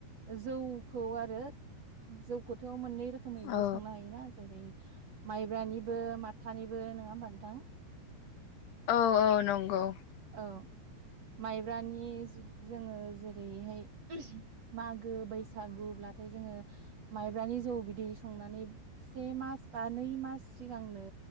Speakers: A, on the right; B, on the left.
A: जौखौ आरो जौखौथ' मोननै रोखोमैबो
B: औ
A: संनो हायोना जेरै माइब्रानिबो माथानिबो नङा होमबा नोंथां
B: औ औ नंगौ
A: औ माइब्रानि जोङो जेरैहाय मागो बैसागु्ब्लाथाय जोङो माइब्रानि जौ बिदै संनानै से मास बा नै मास सिगांनो